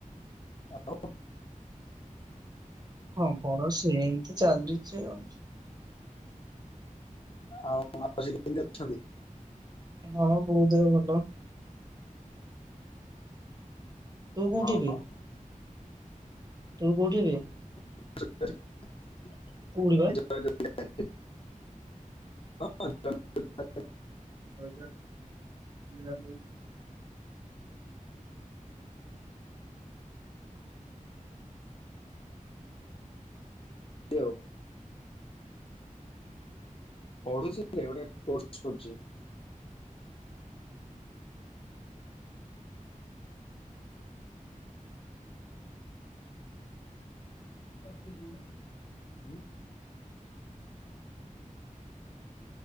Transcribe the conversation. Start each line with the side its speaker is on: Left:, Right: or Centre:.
Left: ହାଲୋ।
Right: ହଁ ବର ସେ ଏମିତି ଚାଲଲିଛି ଆଉ।
Left: ଆଉ ମାଉସୀ କେମିତି ଅଛନ୍ତି?
Right: ହଁ ବହୁତ ଭଲ। ତୁ
Left: ହଁ।
Right: କୋଉଠିି ଏବେ? ତୁ କୋଉଠିି ଏବେ?
Left: <inaudible>
Right: କୋଉଠି
Left: <inaudible> <inaudible>
Right: <unintelligible> <unintelligible>
Left: <inaudible> <inaudible> ଆଉ। ପଢୁଛି ଗୋଟେ କୋର୍ସ <inaudible> <unintelligible>